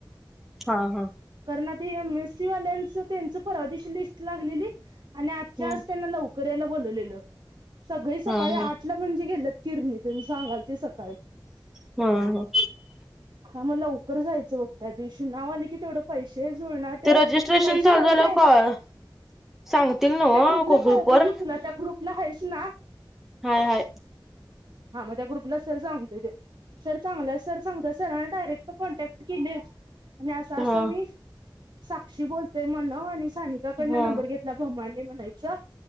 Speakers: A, in the centre; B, on the right (about 60°).
A: हा हा.
B: <unintelligible> ना एम एस सी वाल्यांच तेंच परवा दिवशी लिस्ट लागलेली. आणि आजच्या
A: हम्म
B: आज त्यांना लव करायला बोलवलेल. सगळी सकाळी
A: हा हा
B: आठ ला म्हणजे गेल्यात किरणी तेन सांगालती सक
A: ह ह.
B: हा मग लवकर जायचं बघ त्यादिवशी, नाव आल की तेवढं पैशे ते जुळणा ठेव,
A: ते रजिस्ट्रेशन
B: पैसे
A: चालू
B: राहुदे,
A: झाल्यावर कॉल सांगतील नव्ह
B: त्या ग्रुपला कळतय
A: ग्रुप वर
B: कि तुला, त्या ग्रुपला हाइस. <unintelligible> ना
A: हाय हाय.
B: हा म त्या ग्रुपला सर सांगतोय त्यो सर चांगलाय सर सांगत्यास डायरेक्ट कॉन्टॅक्ट केलीस. आणि आस आस
A: हा
B: मी साक्षी बोलतोय म्हणव आणि स सानिका कडनं
A: हा
B: नंबर घेतलाय <unintelligible> हे म्हणायचं.